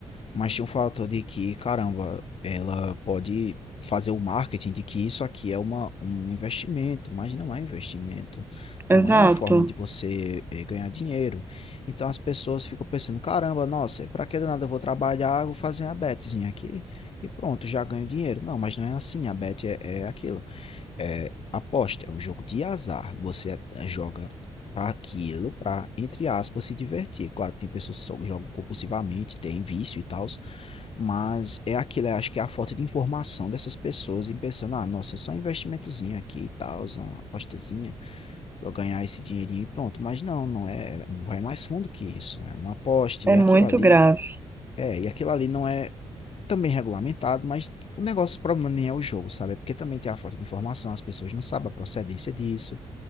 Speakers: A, on the left; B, on the right.
A: mas tem um fator de que, caramba, ela pode fazer o marketing de que isso aqui é uma, um investimento, mas não é investimento, não
B: exato.
A: é uma forma de você eh, ganhar dinheiro. Então as pessoas ficam pensando, caramba, nossa, pra que do nada eu vou trabalhar, eu vou fazer a betezinha aqui e pronto, já ganho dinheiro. Não, mas não é assim, a bet é, é aquilo. Aposta é um jogo de azar. Você joga para aquilo, para, entre aspas, se divertir. Claro que tem pessoas que só jogam compulsivamente, tem vício e tal, mas é aquilo, eu acho que é a falta de informação dessas pessoas E pensando, ah, nossa, é só um investimentozinho aqui e tal, uma apostazinha, pra ganhar esse dinheirinho e pronto. Mas não, não é, vai mais fundo que isso, é uma aposta
B: É
A: e aquilo
B: muito
A: ali,
B: grave.
A: é, e aquilo ali não é também regulamentado, mas o negócio, o problema nem é o jogo, sabe? É porque também tem a falta de informação, as pessoas não sabem a procedência disso,